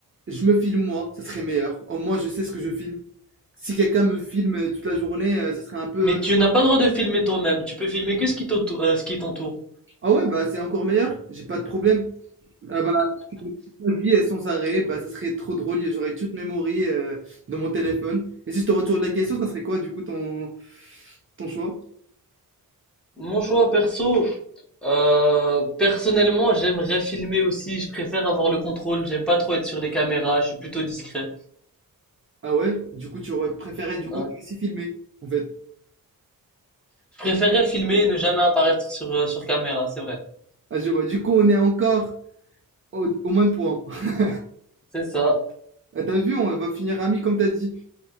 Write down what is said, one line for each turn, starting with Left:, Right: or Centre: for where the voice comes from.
Right: Je me filme moi, ça serait meilleur. Au moins, je sais ce que je filme. Si quelqu'un me filme toute la journée, euh, ça serait un peu...
Centre: Mais tu n'as pas le droit de filmer toi-même. Tu peux filmer que ce qui t'auto- euh, ce qui t'entoure.
Right: Ah ouais, bah, c'est encore meilleur. J'ai pas de problème. Ah bah, ma vie euh, sans arrêt, bah, ça serait trop drôle. J'aurais toute memory euh, dans mon téléphone. Et si je te retourne la question, ça serait quoi, du coup, ton, ton choix?
Centre: Mon choix perso, Euh, personnellement, j'aimerais filmer aussi. Je préfère avoir le contrôle. J'aime pas trop être sur les caméras. Je suis plutôt discret.
Right: Ah ouais? Du coup, tu aurais préféré, du
Centre: Ouais.
Right: coup, te laisser filmer, en fait.
Centre: Je préférerais filmer et ne jamais apparaître sur, euh, sur caméra. C'est vrai.
Right: Ah, je vois. Du coup, on est encore au, au moins de points. <laughs>
Centre: C'est ça.
Right: Ah, t'as vu, on va finir amis, comme t'as dit.